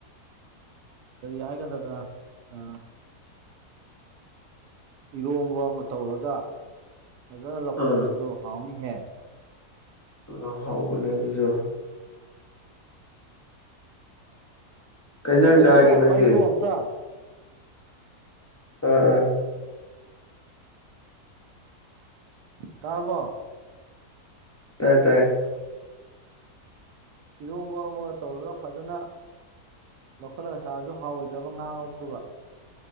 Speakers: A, on the right; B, on the left.
A: ꯀꯔꯤ ꯍꯥꯏꯒꯗ꯭ꯔꯒ ꯑ ꯏꯔꯣꯝꯕ ꯑꯃ ꯇꯧꯔꯒ ꯐꯖꯅ ꯂꯧꯈꯠꯄꯗꯨꯁꯨ
B: ꯑꯥ
A: ꯍꯥꯎꯅꯤꯍꯦ
B: ꯑ ꯍꯥꯎꯕꯅꯦ ꯑꯗꯨꯁꯨ ꯀꯩ ꯏꯟꯖꯥꯡ
A: ꯑꯈꯣꯏ
B: ꯆꯥꯔꯒꯦ
A: ꯀꯣꯄꯥꯏ
B: ꯅꯪꯗꯤ
A: ꯀꯣ ꯑꯝꯇ
B: ꯎꯥ ꯎꯥ
A: ꯇꯥꯔꯔꯕꯣ
B: ꯄꯗꯥ
A: ꯏꯔꯣꯝꯕ ꯑꯃꯒ ꯇꯧꯔꯒ ꯐꯖꯅ ꯂꯧꯈꯠꯂꯒ ꯁꯥꯔꯁꯨ ꯍꯥꯎꯔꯣꯏꯗ꯭ꯔꯕ ꯉꯥꯡꯉꯧꯕꯗꯨꯒ